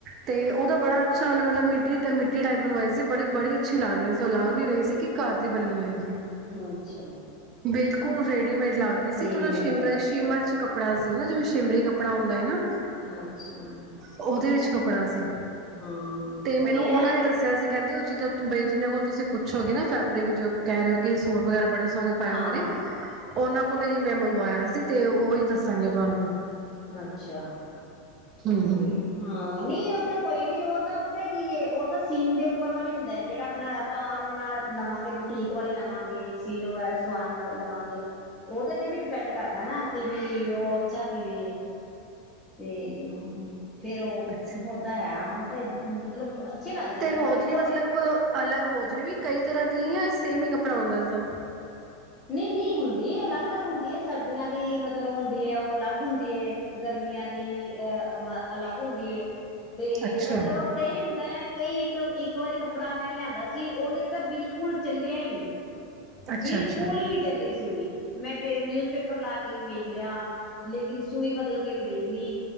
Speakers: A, on the right; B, on the left.
A: ਤੇ ਉਹ ਬੜਾ ਅੱਛਾ ਉਹਨ ਮਤਲਬ ਮਿੱਟੀ ਤੇ ਮਿੱਟੀ ਟਾਈਪ ਬਣਵਾਈ ਸੀ ਬੜੀੜੀ ਅੱਛੀ ਲੱਗਹੀ ਸੀ ਉਹ ਅਲਗ ਨੀ ਰਹੀ ਸੀ ਕਿ ਘਰ ਦੀ ਬਣੀਨੀ ਹੋਈ ਹੈ
B: ਅ ਅੱਛਾ
A: ਬਿਲਕੁਲ ਰੇਡੀਮੇਡ ਲੱਗ ਰਹੀ ਸੀ
B: ਰੇਡੀਮੇਡ
A: ਥੋੜ੍ਹਾ ਸ਼ਿਮਰ
B: ਲੱਗਦੇ
A: ਸ਼ਿਮਰ ਚ ਕੱਪੜਾ ਸੀਗਾਾ ਜਿਵੇਂ ਸ਼ਿਮਰੀ ਕੱਪੜਾ ਹੁੰਦਾ ਹੈ
B: ਅੱਛਾ
A: ਉਹਦੇ
B: ਇੱਕ
A: ਵਿੱਚ ਕੱਪੜਾ ਸੀ
B: ਹਾਂ
A: ਤੇ
B: ਉਹੀ
A: ਮੈਨੂੰ
B: ਹੈ
A: ਉਹਨਾਂ
B: ਨਾ
A: ਨੇ ਦੱਸਿਆ ਸੀ ਕਹਿੰਦੇ ਬ ਜਿਹਨਾਂ ਕੋਲ ਤੁਸੀਂ ਪੁੱਛੋਗੇ ਨਾ ਫੈਬਰਿਕ ਜੋ ਕਹਿ ਰਹੇ ਹੋ ਕਿ ਸੂਟ ਵਗੈਰਾ ਬੜੇ ਸੋ ਪਾਇਆ
B: ਹਾਂ
A: ਹੁੰਦੇ ਨੇ ਉਹਨਾਂ ਲਈ ਮੈਂ ਮੰਗਵਾਇਆ ਸੀ ਤੇ ਉਹੀ ਦੱਸਾਂਣੀਆਂ ਤੁਹਾਨੂੰ
B: ਅੱਛਾ
A: ਹੂੰ ਹੂੰ
B: ਤੇ ਹਾਂ ਨਹੀਂ ਉਹ ਤਾਂ ਕੋਈ ਨੀ ਉਹ ਤਾਂ ਪਤਾ ਹੈ ਕੀ ਉਹ ਤਾਂ ਸੀਨ ਦੇ ਉੱਪਰ ਵਾਲ ਹੀ ਹੁੰਦਾ ਹੈ ਜਿਹੜਾ ਆਪਣਾ ਆਪਾਂ ਆਪਣਾ ਲਵਾਂਗੇ ਬੁਟੀਕ ਵਾਲੀ ਲਵਾਂਗੇ ਚਨ ਸਾਨ ਲਵਾਂਗੇ ਉਹਦੇ ਤੇ ਵੀ ਡਿਪੈਂਡ ਕਰਦਾ ਨਾ ਕਿ ਵੀ ਉਹ ਅੱਛਾ ਸੀਵੇ ਤੇ ਫੇਰ ਉਹ
A: ਅੱਛਾ
B: ਉਹ ਤਾਂ ਹੈ ਤਾਂ ਮਤਲਬ ਅੱਛੇ ਲੱਗਦੇ
A: ਤੇ
B: ਨੇ
A: ਹੋਜਰੀ
B: ਉਹ ਵੀ ਉਹ
A: ਮਤਲਬ ਅਲੱਗ ਹੋਜਰੀ ਵੀ ਕਈ ਤਰ੍ਹਾਂ ਦੀ ਸੇਮ ਹੀ ਕੱਪੜਾ ਹਉਦਾ ਸਾਨ
B: ਨਹੀਂ ਨਹੀਂ ਹੁੰਦੀ ਅਲੱਗ ਅਲੱਗ ਹੁੰਦੀ ਸਰਦੀਆਂ ਦੀ ਹੈ ਉਹ ਅਲੱਗ ਹੁੰਦੀ ਹੈ ਗਰਮੀਆਂ ਦੀ ਅਹ ਅਲੱਗ ਹੁੰਦੀ ਤੇ
A: ਅੱਛਾ
B: ਮਤਲਬ ਕਈ ਹੁੰਦਾ ਹੈ ਕਈ ਇੱਕ ਇੱਕ ਵਾਰੀ ਕੱਪੜਾ ਮੈਂ ਲਿਆਂਦਾ ਸੀ ਉਹਦੇ ਤਾਂ ਬਿਲਕੁਲ ਚੱਲਿਆ ਹੀ ਨਹੀਂ
A: ਅੱਛਾ
B: ਬਿਲਕੁਲ
A: ਅੱਛਾ
B: ਹੀ ਨੀ ਚੱਲੀ ਸੂਈ ਮੈਂ ਨਿਊਜ਼ ਪੇਪਰ ਲਾ ਕੇ ਵੀ ਵੇਖ ਲਿਆ ਲੇਕਿਨ ਸੂਈ ਬਦਲ ਕੇ ਵੀ ਦੇਖ ਲਈ